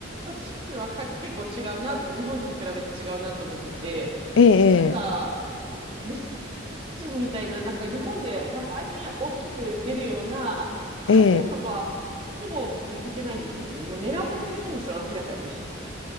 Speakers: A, on the right; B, on the left.
A: の州はか結構違うなって、日本と比べて違うなって思ってて、
B: ええ
A: なんか、虫みたいな、なんか日本でたまに大きく出るような、ああいうのは、
B: ええええ
A: ほぼ見かけないんですよね。もう狙われてるんですよ、明らかに。